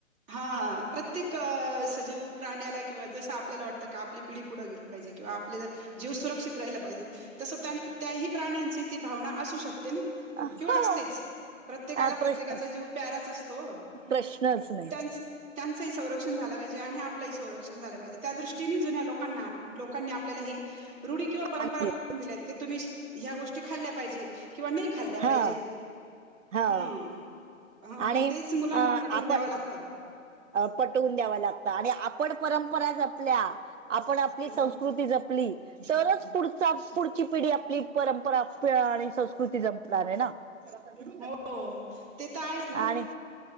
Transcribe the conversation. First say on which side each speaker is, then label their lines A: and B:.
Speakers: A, on the right (about 15°); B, on the right (about 60°).
A: हां प्रत्येक अ सजीव प्राण्याला किंवा जसं आपल्याला वाटतं क, आपली पिढी पुढं गेली पाहिजे किंवा आपला जीव सुरक्षित राहिला पाहिजे, तस त्यान-त्याही प्राण्यांची ती भावना असू शकते ना?
B: हो
A: किंवा असतेच, प्रत्येकाला
B: अ,
A: प्रत्येकाचा
B: प्रश्नच
A: जीव प्याराच असतो.
B: प्रश्नच नाही.
A: त्यांचही संरक्षण झाल पाहिजे आणि आपलंही संरक्षण झालं पाहिजे, त्या दृष्टी नी जुन्या लोकांना-लोकांनी आपल्याला ही रुढी किंवा
B: नाही
A: परंपरा <inaudible> दिल्यात की तुम्ही ह्या गोष् ते खाल्या पाहिजे किंवा नही खाल्ल्या पाहिजेत
B: हा हा
A: ह्म. हं
B: आणि
A: मग तेच मुलांना
B: अ, आपण
A: पटवून द्यावं लागतं.
B: अ पटवून द्याव लागतं आणि आपण परंपरा जपल्या आपण आपली
A: ह
B: संस्कृती जपली तरच पुढचा-पुढची पिढी आपली परंपरा प आणि संस्कृती जपणार ये ना? च <inaudible>
A: हो. ते तर आहेच ना
B: आणि